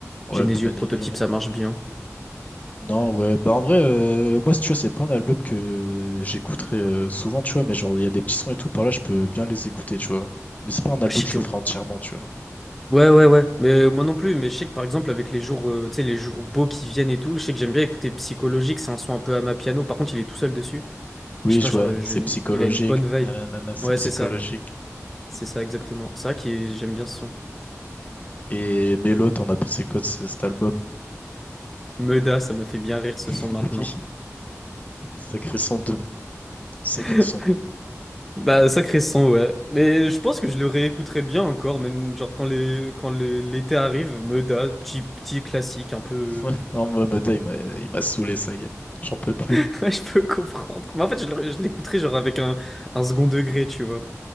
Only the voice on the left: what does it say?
ouais,
Ponanini.
euh.
Non, ouais, bah en vrai, euh, moi, tu vois, c'est pas un album que j'écouterai euh, souvent, tu vois, mais genre, il y a des petits sons et tout par là, je peux bien les écouter, tu vois. Mais c'est pas un album,
je
le ferai entièrement, tu vois.
Oui,
je
vois,
c'est psychologique.
Nanana, c'est
psychologique.
Et Mélo, t'en as pensé quoi de ce- cet album?
<laughs>
Oui, sacré son de. Sacré
son.
<laughs> Ouais, non, Mohamedan, il m'a il m'a saoulé, ça y est. J'en peux plus.